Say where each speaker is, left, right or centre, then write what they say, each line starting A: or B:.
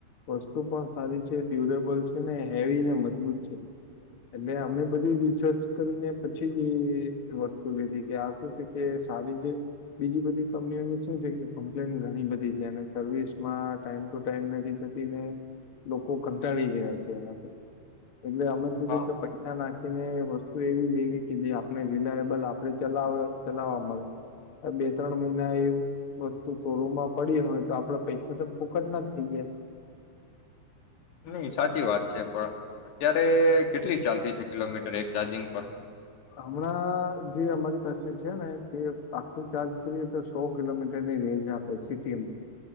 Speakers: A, on the left (about 50°); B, on the left (about 65°).
A: વસ્તુ પણ સારી છે ડ્યુરેબલ છે ને હેવી ને મજબૂત છે એટલે અમે બધી રિસર્ચ કરીને પછી જ ઈ વસ્તુ લીધી કે આ શું છે કે સારી છે બીજી બધી કંપનીઓની શું છે કે કમ્પ્લેન ઘણી બધી છે. અને સર્વિસમાં ટાઈમ ટુ ટાઈમ નથી થતી ને લોકો કંટાળી ગયા છે એનાથી એટલે અમે કીધું
B: હા
A: કે પૈસા નાખી ને વસ્તુ એવી લેવી કે જે આપને રિલાયબલ આપણે ચલાવે ચલાવવા મળે. હવે બે ત્રણ મહિના એ વસ્તુ શોરૂમમાં પડી હોય તો આપડા પૈસા તો ફોકટ ના જ થઈ જાય.
B: નહીં સાચી વાત છે પણ અત્યારે કેટલી ચાલતી છે કિલોમીટર એક ચાર્જિંગ પર
A: હમણાં જે અમારી પાસે છે ને તે આખું ચાર્જ કરીએ તો સો કિલોમીટરની રેન્જ આપે સિટીમાં